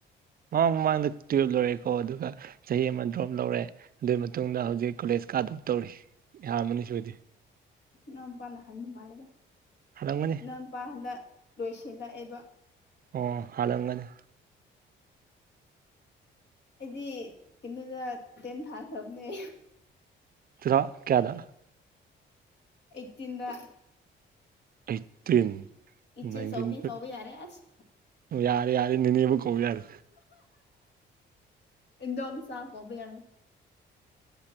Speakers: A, on the right; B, on the left.
A: ꯃꯃꯥꯡ ꯃꯃꯥꯡꯗ ꯇꯨꯌꯦꯜꯞ ꯂꯣꯏꯔꯦꯀꯣ ꯑꯗꯨꯒ ꯆꯍꯤ ꯑꯃ ꯗ꯭ꯔꯣꯞ ꯂꯧꯔꯦ ꯑꯗꯨꯒꯤ ꯃꯇꯨꯡꯗ ꯍꯧꯖꯤꯛ ꯀꯣꯂꯦꯖ ꯀꯥꯗꯣꯛ ꯇꯧꯔꯤ ꯌꯔꯝꯃꯅꯤ ꯁꯤꯑꯣꯏꯗꯤ
B: ꯏꯅꯥꯎꯄꯅꯥ ꯍꯟꯕ ꯃꯂꯦꯗꯥ
A: ꯍꯂꯝꯒꯅꯤ
B: ꯢꯅꯥꯎꯄꯥ ꯍꯟꯗꯛ ꯂꯣꯏꯁꯤꯜꯂꯛꯑꯦꯕ
A: ꯑꯣ ꯍꯟꯂꯝꯒꯅꯤ꯫
B: ꯑꯩꯗꯤ ꯀꯩꯅꯣꯗ ꯇꯦꯟ ꯊꯥꯈ꯭ꯔꯝꯅꯦ꯫
A: ꯇꯨꯊꯥꯎꯖꯟ ꯀꯌꯥꯗ꯫
B: ꯏꯠꯇꯤꯟꯗ꯫
A: ꯑꯩꯠꯇꯤꯟ
B: ꯏꯆꯦ
A: ꯅꯥꯏꯟꯇꯤꯟ
B: ꯆꯧꯕꯤ ꯀꯧꯕ ꯌꯥꯔꯦ ꯑꯁ
A: ꯌꯥꯔꯦ ꯌꯥꯔꯦ ꯅꯤꯅꯦꯕꯨ ꯀꯧ ꯌꯥꯔꯦ꯫
B: ꯏꯟꯗꯣꯝ ꯆꯥ ꯀꯧꯕ ꯌꯥꯏ꯫